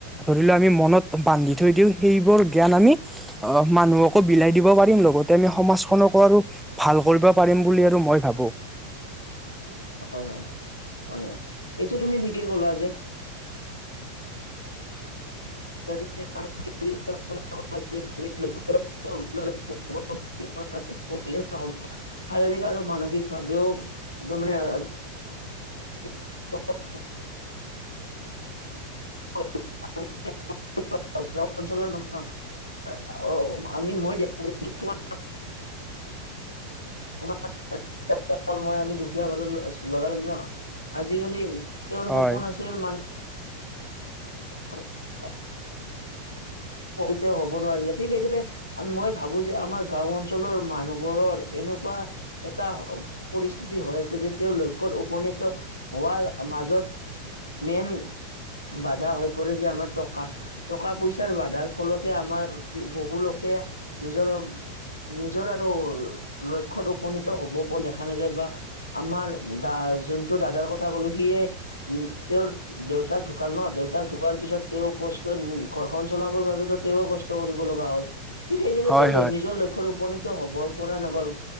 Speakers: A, in the centre; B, on the left.
A: ধৰিলেও আমি মনত বান্ধি থৈ দিওঁ সেইবোৰ জ্ঞান আমি অ মানুহকো বিলাই দিব পাৰিম লগতে আমি সমাজখনকো আৰু ভাল কৰিব পাৰিম বুলি আৰু মই ভাবো।
B: হয় হয় হয় হয় এইটোয়া তুমি দিকেই ক'লা যে <unintelligible> শাৰীৰিক আৰু মানসিকভাৱেও তমানে <unintelligible> <unintelligible> গাঁৱৰ অঞ্চলৰ মানুহ। অ অ আমি মই। <unintelligible> অ মম <unintelligible> ল মই আমি দুখীয়া ঘৰত লৰা ন আজিকালি তেওঁৰ
A: হয়
B: সপোন আছিল মানুহ <unintelligible> অ অ। হ'ব নোৱাৰিলে ঠিকেই সেইদৰে মই ভাবো যে আমাৰ গাও অঞ্চলৰ মানুহবোৰৰ এনেকুৱা এটা পৰিস্থিতি হৈ আছে যে তেওঁ লক্ষ্য়ত উপনীত হোৱাৰ মাজত মেইন বাধা হৈ পৰে যে আমাৰ টকা টকা পইচাৰ বাধা যাৰ ফলতে আমাৰ বহু লোকে নিজৰ নিজৰ আৰু লক্ষ্যত উপনীত হব পৰা দেখা নাযায় বা আমাৰ দা যোনটো দাদাৰ কথা ক'লো সিয়ে উম তেওঁৰ দেউতাক ঢুকাল ন দেউতাক ঢুকোৱাৰ পিছত তেওঁ কষ্টত ঘৰখন চলাবৰ বাবে তেওঁ কষ্ট কৰিব লগা হ'ল ঠিক সেইদৰে
A: হয়
B: তেওঁ নিজৰ লক্ষ্যত উপনীত হ'ব পৰা নগ'ল